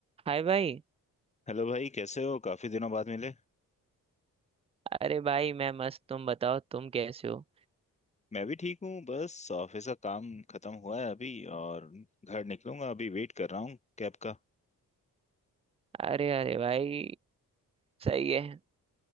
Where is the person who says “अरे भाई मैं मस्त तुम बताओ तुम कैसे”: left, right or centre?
Right